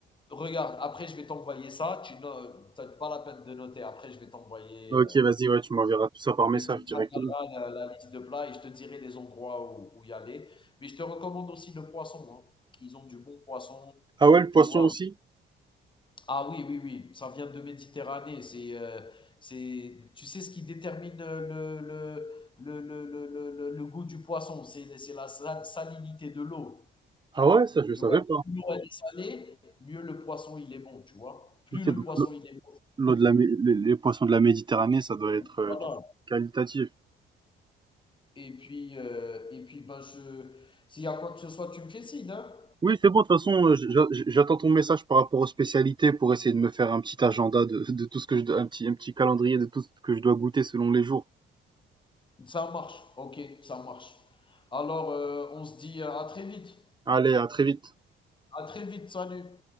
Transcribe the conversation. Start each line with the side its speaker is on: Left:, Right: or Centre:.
Left: regarde, après je vais t'envoyer ça. Tu n'as t'as pas la peine de noter. Après je vais t'envoyer...
Right: Ok,
Left: euh,
Right: vas-y, ouais, tu m'enverras tout ça par message
Left: tu, tu
Right: directement.
Left: travailleras la, la liste de plats et je te dirai les endroits où, où y aller. Mais je te recommande aussi le poisson. hein. Ils ont du bon poisson,
Right: Ah ouais, le
Left: tu
Right: poisson
Left: vois.
Right: aussi?
Left: Ah oui, oui, oui, ça vient de Méditerranée. C'est, euh, c'est, tu sais ce qui détermine euh, le, le, le, le, le, le, le goût du poisson, c'est, c'est la sa- salinité de l'eau.
Right: Ah ouais, ça, je le
Left: Tu
Right: savais
Left: vois,
Right: pas.
Left: plus l'eau elle est salée, mieux le poisson il est bon, tu vois. Plus
Right: Ok,
Left: le
Right: donc
Left: poisson
Right: l'eau
Left: il est bon,
Right: l'eau
Left: je veux
Right: de
Left: dire.
Right: la, Mé- les les poissons de la Méditerranée, ça doit
Left: Donc,
Right: être euh,
Left: voilà.
Right: du- qualitatif.
Left: Et puis, euh, et puis ben, je... s'il y a quoi que ce soit, tu me fais signe. hein
Right: Oui, c'est bon. De toute façon, euh, j- j- j'attends ton message par rapport aux spécialités pour essayer de me faire un petit agenda de, de tout ce que je, dois- un petit, un petit calendrier de tout ce que je dois goûter selon les jours.
Left: ça marche. Ok, ça marche. Alors, euh, on se dit euh, à très vite.
Right: Allez, à très vite.
Left: À très vite. Salut.